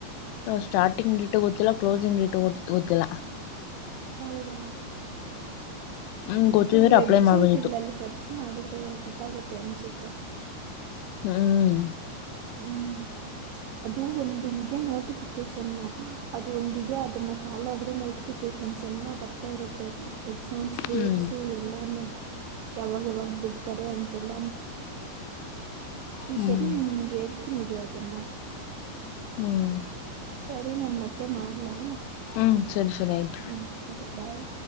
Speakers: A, on the left (about 85°); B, on the right (about 85°).
A: ಸ್ಟಾರ್ಟಿಂಗ್ ಡೇಟ ಗೊತ್ತಿಲ್ಲ ಕ್ಲೋಸಿಂಗ್ ಡೇಟ ಗೊತ್ತಿಲ್ಲ
B: ಹೌದೀ
A: ಹ್ಮ್ ಗೊತ್ತಿದ್ರೆ
B: ಅದು ವೆಬ್ಸೈಟ್ಗಳಲ್ಲಿ
A: ಅಪ್ಲೈ ಮಾಡ್ಬೋದಿತ್ತು
B: ಸರ್ಚ್ ಮಾಡಿದ್ರೆ ಗೊತ್ತಾಗುತ್ತೆ ಅನಿಸುತ್ತೆ
A: ಹ್ಮ್
B: ಹ್ಮ್ ಅದು ಒಂದು ಇದೆ ನೋಟಿಫಿಕೇಶನ್ ಅದು ಒಂದ ಅದನ್ನ ಫಾಲೋ ಆದ್ರೆ ನೋಟಿಫಿಕ ಲಕೇಶನ್ಸ್ ಎಲ್ಲ ಬರ್ತಾ ಇರುತ್ತೆ ಎಕ್ಸಾಮ್ಸ್ ಡೇಟ್ಸು
A: ಹ್ಮ್
B: ಎಲ್ಲೂ ಯಾವಾಗ ಯಾವಾಗ ಬಿಡ್ತಾರೆ ಅಂತೆಲ್ಲ ನೀ
A: ಹ್ಮ್
B: ಸರಿ ನಿನ್ಗೆ ಹೇಳ್ತೀನಿ ಇರ ಅದನ್ನ
A: ಹ್ಮ್
B: ಸರಿ ನನ್ ಮತ್ತೆ ಮಾಡ್ಲಾ
A: ಹ್ಮ್ ಸರಿ ಸರಿ ಆಯ್ತು
B: ಹ್ಞ ಸರಿ ಬಾಯಿ